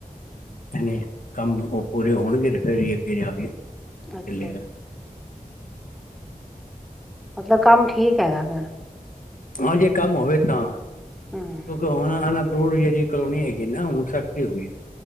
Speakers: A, on the left (about 60°); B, in the centre.
A: ਹਨੇ ਕੰਮ ਉਹ ਪੂਰੇ ਹੋਣਗੇ ਤੇ ਫਿਰ ਅੱਗੇ ਜਾ ਕੇ ਚੱਲੇਗਾ
B: ਅੱਛਾ ਜੀ। ਮਤਲਬ ਕੰਮ ਠੀਕ ਹੈਗਾ ਫਿਰ
A: ਹਾਂ ਜੇ ਕੰਮ ਹੋਵੇ ਤਾਂ
B: ਹਮ
A: ਕਿਉਂਕਿ ਹੁਣ ਅਨਪੂਵਡ ਜਿਹੜੀ ਕਲੋਨੀ ਹੈਗੀ ਨਾ ਸਖਤੀ ਹੋ ਗਈ।